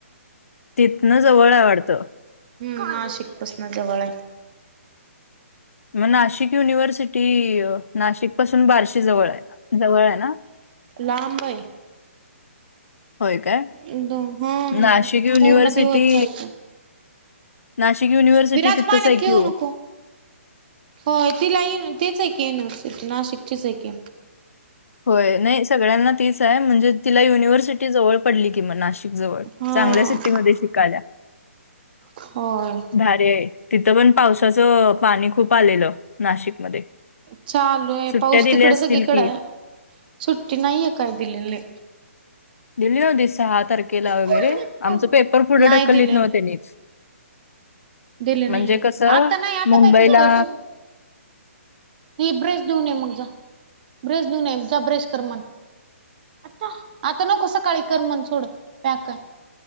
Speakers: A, on the left (about 80°); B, on the right (about 40°).
A: तिथन जवळाय वाढत.
B: हम् ह नाशिक पासना जवळ आहे.
A: मग नाशिक युनिव्हर्सिटी नाशिक पासून बारशी जवळ आहे जवळ आहे ना.
B: लांबई.
A: होय काय,
B: हम्म
A: नाशिक युनिव्हर्सिटी
B: पूर्ण दिवस जातो.
A: नाशिक. युनिव्हर्सिटी
B: विराज
A: तिथंच
B: पाण्यात
A: आहे
B: खेळू
A: की हो
B: नको. हो तिला ये तेच आहे की युनिव्हर्सिटी नाशिकचीच आहे की.
A: होय नाही सगळ्यांना तीच आहे म्हणजे तिला युनिव्हर्सिटी जवळ पडली की म नाशिक. जवळ
B: हा.
A: चांगल्या सिटीमध्ये शिकाल्या,
B: होय
A: भारी आहे. तिथं पण पावसाचं पाणी खूप आलेलं. नाशिकमध्ये.
B: चालुय
A: सुट्ट्या
B: पाऊस
A: दिल्या
B: तिकड
A: असतील
B: सगळीकड
A: की
B: आहे सुट्टी नाहीये काय दिलेले.
A: दिली होतीत सहा तारखेला वगैरे
B: कोलगेट करून
A: आमच पेपर पुुढं
B: नाही
A: ढकललीत
B: दिले
A: नव्ह त्यांनीच.
B: दिले
A: म्हणजे
B: नाहीयेत
A: कसं
B: आता नाही आता
A: मुंबईला
B: काय करतो अस हे ब्रश देऊन येे मग जा ब्रश देऊने जा ब्रश कर मण आता, आता नको सकाळी कर म्हण सोड, प्याक कर.